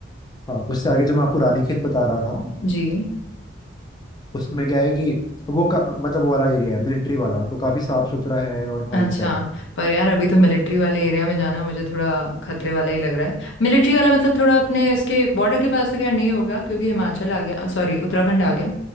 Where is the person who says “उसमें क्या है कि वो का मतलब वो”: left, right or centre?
Left